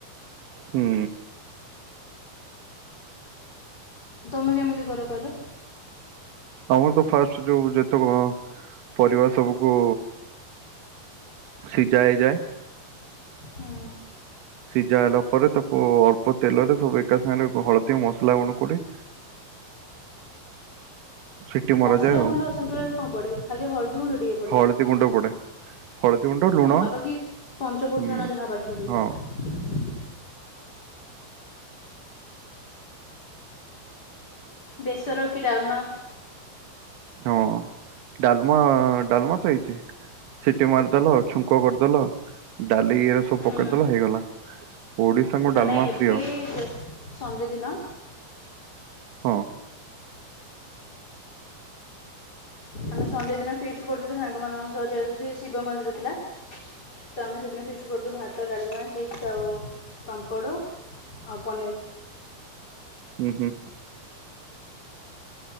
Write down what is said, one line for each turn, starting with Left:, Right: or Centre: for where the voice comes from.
Right: ହୁଁ
Left: ତୁମେ କେମିତି କର କହିଲ?
Right: ଆମର ତ ଫାଷ୍ଟ ଯୋଉ ଯେତେ କଣ ପରିବା ସବୁକୁ ସିଜା ହେଇଯାଏ।
Left: ହୁଁ।
Right: ସିଜା ହେଲା ପରେ ତାକୁ ଅଳ୍ପ ତେଲରେ ସବୁ ଏକା ସାଙ୍ଗରେ ହଳଦୀ ମସଲା ଗୁଣ୍ଡ କରି ସିଟି ମରାଯାଏ
Left: ମସଲା
Right: ଆଉ
Left: ଗୁଣ୍ଡ ସିନ୍ତୁଳାରେ କଁ ପଡ଼େ ଖାଲି ହଳଦୀ ଗୁଣ୍ଡ ଟିକେ ପଡ଼େ।
Right: ହଳଦୀ ଗୁଣ୍ଡ ପଡେ ହଳଦୀ ଗୁଣ୍ଡ ଲୁଣ
Left: ହଁ ଆଉ ବାକି ପଞ୍ଚଫୁଟଣ
Right: ହୁଁ।
Left: ଯାହା ବାକି ହୁଏ।
Right: ହଁ
Left: ବେସର କି ଡାଲମା?
Right: ହଁ ଡାଲମା ଡାଲମା ତ ହେଇଚି। ସିଟି ମାରିଦେଲ ଛୁଙ୍କ କରିଦେଲ ଡାଲି ଇଏରେ ସବୁ
Left: ହୁଁ,
Right: ପକେଇଦେଲ ହେଇଗଲା। ଓଡିଶାଙ୍କୁ ଡାଲମା
Left: ଆମେ ଏବେ
Right: ପ୍ରିୟ ହଁ
Left: ଜଷ୍ଟ ସନଡ଼େ ଦିନ
Right: ହଁ।
Left: ଆମେ ସଣ୍ଡେ ଦିନ ଫିଷ୍ଟ୍ କରୁଥୁଲୁ ସାଙ୍ଗମାନଙ୍କ ସହ ଯେହେତୁ ସିଏ ଶିବ ମନ୍ଦିର ଥିଲା ତ ଆମେ ସେଦିନ ଫିଷ୍ଟ କରୁତୁ ଭାତ ଡାଲମା ଚିପ୍ସ୍ ଆଉ ପାମ୍ପଡ଼। ଆଉ ପନିର୍।
Right: ହୁଁ ହୁଁ।